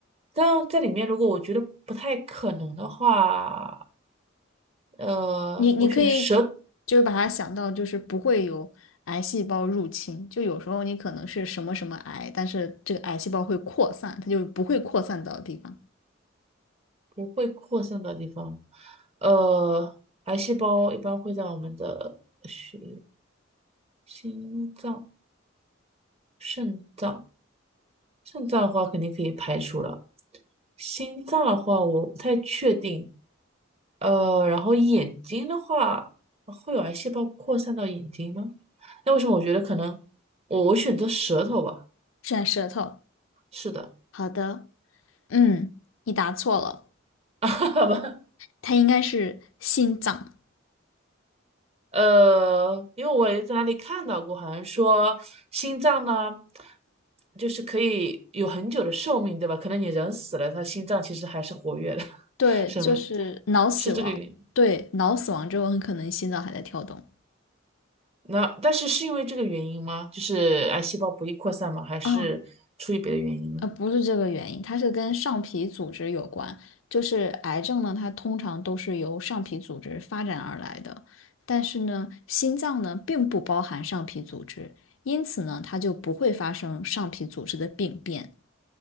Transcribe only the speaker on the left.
你你可以
就是把它想到就是不会有癌细胞入侵，就有时候你可能是什么什么癌，但是这个癌细胞会扩散，它就不会扩散到的地方。
选舌头。
好的，嗯，你答错了，
它应该是心脏，
对，
就是脑死亡，
对，脑死亡之后很可能心脏还在跳动。
啊，呃，不是这个原因，它是跟上皮组织有关。就是癌症呢，它通常都是由上皮组织发展而来的，但是呢，心脏呢并不包含上皮组织，因此呢，它就不会发生上皮组织的病变。